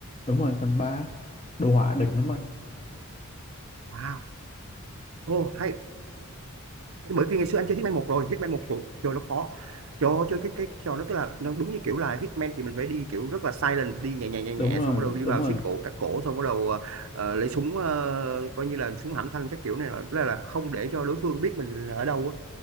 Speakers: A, on the left (about 30°); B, on the right (about 70°).
A: đúng rồi phần ba đồ họa đỉnh lắm anh
B: wow ô hay bởi vì ngày xưa anh chơi Hitman một rồi Hitman một trời, trời nó khó cho chơi cái cái trò đó tức là nó đúng như kiểu là Hitman thì mình phải đi kiểu rất là silent đi nhẹ nhẹ nhẹ nhẹ
A: đúng rồi
B: xong bắt đầu đi
A: đúng
B: vào
A: rồi
B: siết cổ cắt cổ xong bắt đầu ờ, ờ, lấy súng ờ, coi như là súng hãm thanh các kiểu này là, là không để cho đối phương biết mình ở đâu á